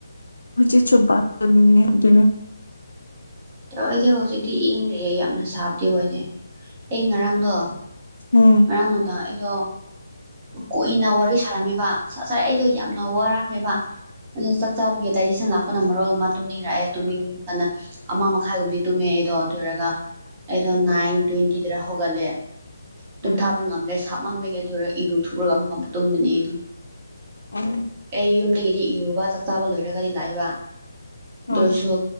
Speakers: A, on the left (about 65°); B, on the right (about 25°).
A: ꯍꯧꯖꯤꯛꯁꯨ <unintelligible> ꯗꯨꯅꯦ
B: <unintelligible> ꯇ ꯑꯩꯗꯤ ꯍꯧꯖꯤꯛꯇꯤ ꯏꯪꯗ꯭ꯔꯦ ꯌꯥꯝꯅ ꯁꯥꯕꯗꯤ ꯑꯣꯏꯔꯦ ꯑꯩ ꯉꯔꯥꯡꯗꯣ
A: ꯎꯝ
B: ꯉꯔꯥꯡꯅꯨꯗ ꯑꯩꯗꯣ ꯀꯨꯏꯅ ꯋꯥꯔꯤ ꯁꯥꯔꯝꯃꯤꯕ ꯁꯥꯔꯦ ꯑꯩꯗꯣ ꯋꯥꯔꯛꯈ꯭ꯔꯦꯕ ꯑꯗꯨꯗ ꯆꯥꯛ ꯆꯥꯕꯒꯤ ꯑꯗꯥꯏꯖꯦꯁꯟ ꯂꯥꯛꯄ ꯄꯨꯝꯅ ꯃꯔꯣꯜ ꯑꯃ ꯇꯨꯝꯅꯤꯡꯔꯛꯑꯦ ꯇꯨꯝꯅꯤꯡ ꯀꯅ ꯑꯃ ꯃꯈꯥꯏꯒꯨꯝꯕꯗꯤ ꯇꯨꯝꯃꯦ ꯑꯩꯗꯣ ꯑꯗꯨꯔꯒ ꯑꯩꯗꯣ ꯅꯥꯏꯟ ꯇ꯭ꯋꯦꯟꯇꯤꯗꯔ ꯍꯧꯒꯠꯂꯦ ꯇꯨꯝꯊꯥꯕ
A: ꯎꯝ
B: ꯉꯝꯂ꯭ꯔꯦ ꯁꯥꯞꯃꯟꯕꯒꯤ ꯑꯗꯨꯔ ꯏꯔꯨ ꯊꯣꯛꯎꯒ ꯑꯃꯨꯛꯀ ꯑꯃꯨꯛ ꯇꯨꯝꯕꯅꯤ ꯑꯗꯨꯝ
A: ꯎꯝ
B: ꯑꯩ ꯌꯨꯝꯗꯒꯤꯗꯤ ꯏꯔꯨꯕ ꯆꯥꯛꯆꯥꯥꯕ ꯂꯣꯏꯔꯒꯗꯤ ꯂꯥꯛꯏꯕ ꯑꯗꯨ
A: ꯎꯝ
B: ꯑꯣꯏꯁꯨ